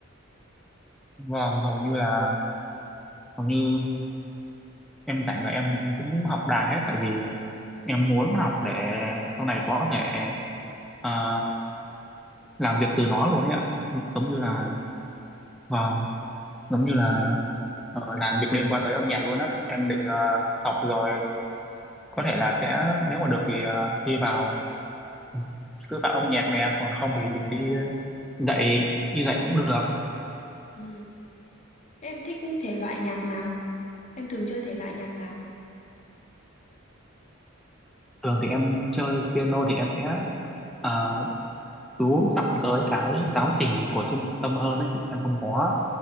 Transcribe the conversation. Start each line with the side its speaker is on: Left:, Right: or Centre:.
Centre: Vâng, hầu như là hầu như em tại người em cũng học đàn hết tại vì em muốn học để sau này có thể à, làm việc từ nó luôn ấy ạ giống như
Left: Ừ.
Centre: là vâng giống như là ờ, làm việc liên quan tới âm nhạc luôn á em định ờ, học rồi có thể là sẽ nếu mà được thì ờ, thi vào ừ, sư phạm âm nhạc nè còn không thì mình đi
Left: Ồ.
Centre: dạy đi dạy cũng được
Left: ừ. Thế em thích thể loại nhạc nào em thường chơi thể loại nhạc nào
Centre: thường thì em chơi piano thì em sẽ ờ, chú trọng tới cái giáo trình của trung tâm hơn đấy chị em không có